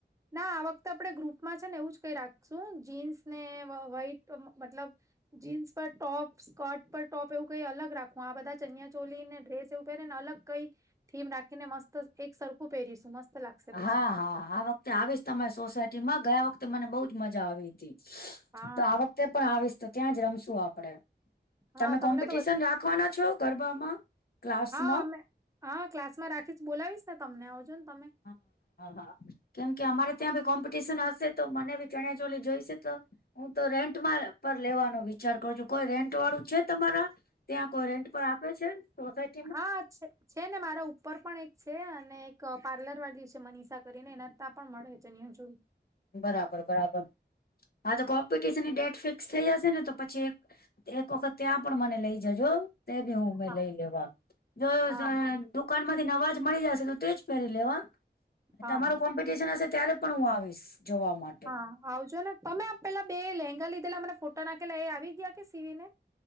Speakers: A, on the right; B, on the left.
A: ના આ વખતે આપડે ગ્રુપમાં છે ને એવું જ કઈ રાખશું જીન્સ ને વાઈટ મતલબ. જીન્સ પર ટોપ સ્કર્ટ પર ટોપ એવું કઈ અલગ રાખવું આ બધા ચનિયા ચોલી ને ડ્રેસ. પહેરે ને અલગ કઈ થીમ રાખીને મસ્ત એક સરખું પહેરીશું મસ્ત. લાગશે પછી
B: હા હા આ વખતે આવીશ તમારી સોસાયટી માં ગયા વખતે મને બહુ જ મજા આવી હતી.
A: હા
B: તો આ વખતે પણ આવીશ તો ત્યાં જ રમશુ આપડે તમે
A: હા તમને
B: કોમ્પિટિશન
A: તો બ
B: રાખવાના છો. ગરબામાં. ક્લાસમાં
A: હા અમે હા ક્લાસમાં રાખીશ બોલાવીશ ને તમને આવજો ને તમે.
B: હા હા કેમ કે અમારે
A: હા
B: ત્યાં ભી કોમ્પ. ટીશન હશે તો મને બી ચણિયા ચોલી જોઈશે તો. હું તો રેન્ટમાં પર લેવાનો વિચાર કરું છું કોઈ રેન્ટ વાળું છે તમારા. ત્યાં કોઈ રેન્ટ પર આપે છે સોસાયટી.
A: હા. છે ને મારા ઉપર પણ એક છે અને એક પાર્લર વાલી છે મનીષા કરીને એના. પણ મળે છે ચણિયા ચોળી.
B: બરાબર બરાબર હા તો કોમ્પિટશનની ડેટ ફિક્સ થઈ જશે ને તો પછી એક. એક વખત ત્યાં પણ મને લઈ જજો તે બી હું.
A: હા
B: લઈ લેવા જો
A: હા હા
B: દુકાન માંથી અવાજ મળી જશે તો તેજ પહેરી લેવા.
A: હા
B: તમારું
A: હા
B: કોમ્પિટિશન હશે ત્યારે પણ હું આવીશ જોવા માટે.
A: હા આવજો ને તમે પેલા બે લેંગા લીધેલા મને ફોટા નાખેલા એ આવી ગયા કે સીવી ને.